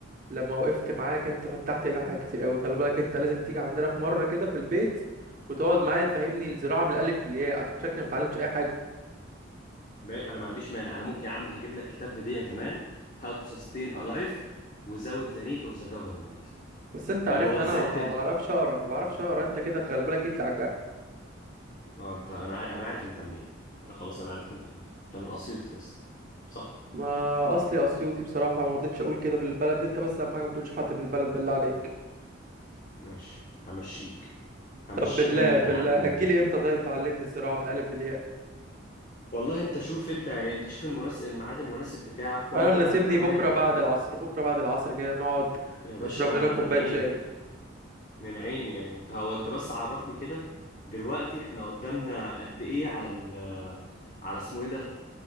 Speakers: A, on the right; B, on the left.
A: لما وقفت معاك انت فتحت لي حاجات كتير قوي خلي بالك انت لازم تيجي عندنا في مره كده في البيت وتقعد معايا تفهمني الزراعه من الالف للياء عشان شكلي ما اتعلمتش اي حاجه
B: ما... انا ما عنديش مانع انا ممكن يا عم هجيب لك كتاب هديه كمان How to Sustain a Life Without the Need of the Government
A: بس انت عرفت
B: اللي هو
A: انا
B: ازاي
A: ما
B: تقدر
A: ما بعرفش اقرا ما بعرفش اقرا انت كده خلي بالك جيت لي على الجرح
B: اه انت انا عارف انا عارف انت منين انا خلاص انا عرفت انت منين انت من اسيوط يا اسطى صح
A: ما اصلي اسيوطي بصراحه ما رضيتش اقول كده في البلد انت بس اهم حاجه ما تقولش حد من البلد بالله عليك
B: ماشي همشيك همشيها
A: طب بالله
B: ان انت
A: بالله
B: يا عم من...
A: هتجيلي امتى طيب تعلمني الزراعه من الالف للياء
B: والله انت شوف انت يعني انت شوف المناسب الميعاد المناسب بتاعك وانا
A: انا مناسبني
B: هبقى معاك
A: بكره بعد
B: يعني
A: العصر بكره بعد العصر كده نقعد
B: يا باشا
A: نشرب لنا كوبايه
B: من عيني
A: شاي
B: من عيني يعني انت هو انت بس عرفني كده دلوقتي احنا قدامنا قد ايه على ال على اسمه ايه ده